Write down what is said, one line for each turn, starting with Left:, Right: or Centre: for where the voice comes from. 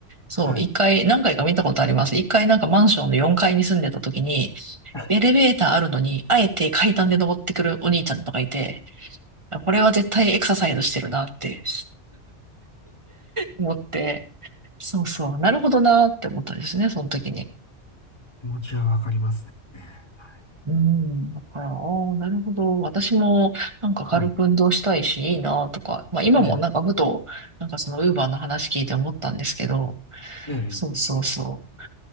Right: そう、
Left: はい。
Right: 一回、何回か見たことあります。一回なんかマンションの4階に住んでた時に、
Left: <laughs> あ
Right: エレベーターあるのに、あえて階段で登ってくるお兄ちゃんとかいて、これは絶対エクササイズしてるなって。思って、そうそう、なるほどなって思ったんですね、その時に。
Left: 気持ちはわかりますね。はい。
Right: うん、だから、ああ、なるほど。私も、なんか軽く運動したいし、
Left: はい。
Right: いいなとか。まあ今もなんかふと、
Left: ええ、
Right: なんかそのウーバーの話聞いて思ったんですけど、
Left: ええ、
Right: そうそうそう。